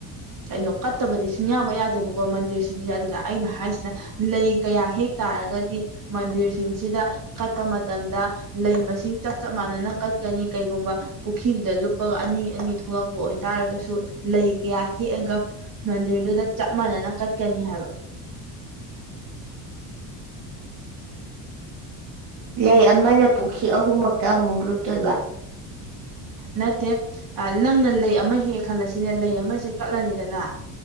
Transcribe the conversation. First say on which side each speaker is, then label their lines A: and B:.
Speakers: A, on the right (about 45°); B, on the right (about 65°).
A: ꯀꯩꯅꯣ ꯀꯠꯇꯕꯗꯤ ꯁꯨꯡꯌꯥꯃꯛ ꯌꯥꯗꯦꯕꯀꯣ ꯃꯟꯗꯤꯔꯁꯤꯡꯁꯤꯗ ꯑꯗꯨꯗ ꯑꯩꯅ ꯍꯥꯏꯁꯤꯅ ꯂꯩ ꯀꯌꯥ ꯍꯦꯛ ꯇꯥꯔꯒꯗꯤ ꯃꯟꯗꯤꯔꯁꯤꯡꯁꯤꯗ ꯀꯠꯄ ꯃꯇꯝꯗ ꯂꯩ ꯃꯁꯤꯡ ꯆꯞ ꯆꯞ ꯃꯥꯟꯅꯅ ꯀꯠꯀꯅꯤ ꯀꯩꯒꯨꯝꯕ ꯄꯨꯈꯤꯗꯨꯗ ꯂꯨꯞꯄꯒ ꯑꯅꯤ ꯑꯅꯤ ꯊꯣꯛꯂꯛꯄ ꯑꯣꯏꯇꯥꯔꯒꯁꯨ ꯂꯩ ꯀꯌꯥ ꯍꯦꯛꯑꯒ ꯃꯟꯗꯤꯔꯗꯨꯗ ꯆꯞ ꯃꯥꯟꯅꯅ ꯀꯠꯀꯅꯤ ꯍꯥꯏꯕ
B: ꯂꯩ ꯑꯃꯅ ꯄꯨꯈꯤ ꯑꯍꯨꯝꯃꯛꯇ ꯑꯃꯨꯛ ꯂꯨꯞꯇꯣꯏꯕ
A: ꯅꯠꯇꯦ ꯑ ꯅꯪꯅ ꯂꯩ ꯑꯃ ꯍꯦꯛꯑꯦ ꯈꯜꯂꯁꯤꯅꯦ ꯂꯩ ꯑꯃꯁꯦ ꯀꯠꯂꯅꯤꯗꯅ